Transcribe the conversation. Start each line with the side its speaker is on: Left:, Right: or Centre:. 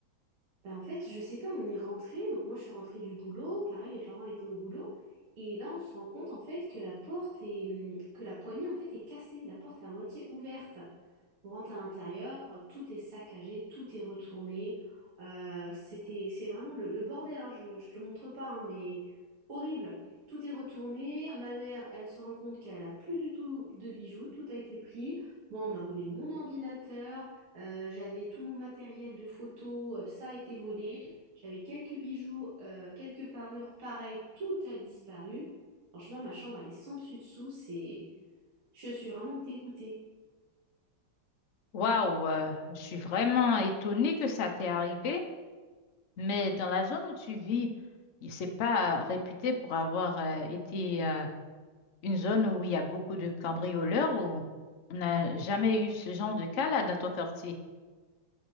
Right: Bah, en fait, je sais pas, on est rentré. Donc, moi, je suis rentrée du boulot. Pareil, mes parents étaient au boulot. Et là, on se rend compte, en fait, que la porte est, que la poignée, en fait, est cassée. La porte est à moitié ouverte. On rentre à l'intérieur, tout est saccagé, tout est retourné. Euh, c'était, c'est vraiment le, le bordel, hein, je, je te montre pas, hein, mais horrible. Tout est retourné. Ma mère, elle se rend compte qu'elle a plus du tout de bijoux, tout a été pris. Moi, on m'a volé mon ordinateur, euh, j'avais tout mon matériel de photo, euh, ça a été volé. J'avais quelques bijoux, euh, quelques parures, pareil, tout a disparu. Franchement, ma chambre, elle est sans dessus dessous. C'est, je suis vraiment dégoûtée.
Left: Waouh, euh, je suis vraiment étonnée que ça t'est arrivé, mais dans la zone où tu vis, il- c'est pas euh, réputé pour avoir euh, été euh, une zone où il y a beaucoup de cambrioleurs ou on n'a jamais eu ce genre de cas là dans ton quartier.